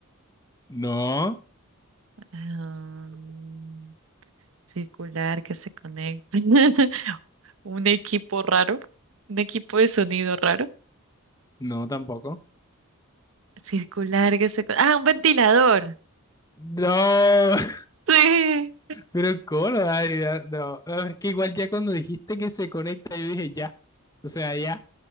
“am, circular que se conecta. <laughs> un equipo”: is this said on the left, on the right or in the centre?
Right